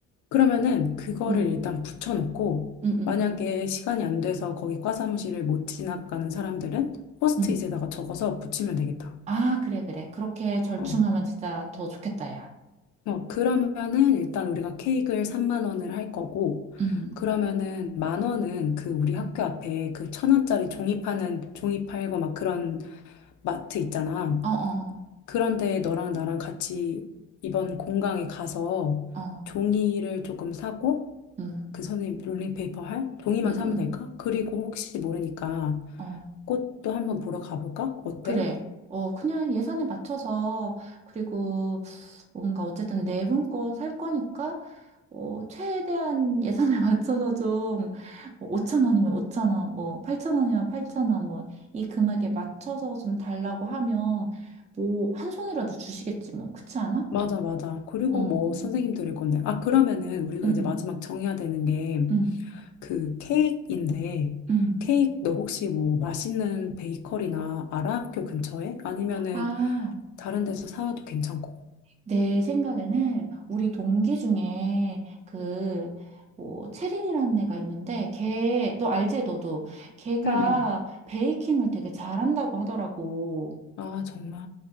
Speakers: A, on the left (about 75°); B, on the right (about 25°).
A: 그러면은 그거를
B: 응,
A: 일단 붙여놓고
B: 응, 응,
A: 만약에 시간이 안 돼서 거기 과사무실을 못 지나가는 사람들은 포스트잇에다가
B: 응.
A: 적어서 붙이면 되겠다.
B: 아, 그래, 그래. 그렇게 절충하면
A: 어.
B: 진짜 더 좋겠다, 야.
A: 어, 그러면은 일단 우리가 케이크를 3만 원을 할 거고,
B: 응,
A: 그러면은 만 원은 그 우리 학교
B: 응.
A: 앞에 그 천 원짜리 종이 파는 종이 팔고 막 그런 마트 있잖아.
B: 어, 어,
A: 그런데 너랑 나랑 같이 이번 공강에 가서
B: 어, 어.
A: 종이를 조금 사고,
B: 응,
A: 그 선생님 롤링페이퍼 할 종이만
B: 응, 응.
A: 사면 될까? 그리고 혹시 모르니까
B: 어.
A: 꽃도 한번 보러 가볼까? 어때?
B: 그래. 어, 그냥 예산에 맞춰서, 그리고 뭔가 어쨌든 네 분 거 살 거니까, 어, 최대한 예산에 <laughs> 맞춰서 좀, 뭐 5천 원이면 5천 원, 뭐, 팔천 원이면 8천 원, 뭐, 이 금액에 맞춰서 좀 달라고 하면, 뭐, 한 송이라도 주시겠지, 뭐. 그렇지 않아?
A: 맞아, 맞아. 그리고
B: 어,
A: 뭐 선생님 들을 건데. 아, 그러면은 우리가
B: 응,
A: 이제
B: 응,
A: 마지막 정해야 되는 게
B: 응,
A: 그 케이크인데
B: 응.
A: 케이크 너 혹시 뭐 맛있는 베이커리나 알아? 학교 근처에? 아니면은
B: 아.
A: 다른 데서 사와도 괜찮고.
B: 내 생각에는 우리 동기 중에 그, 뭐, 채린이라는 애가 있는데, 걔, 너 알지, 너도? 걔가
A: 응응.
B: 베이킹을 되게 잘한다고 하더라고.
A: 아 정말.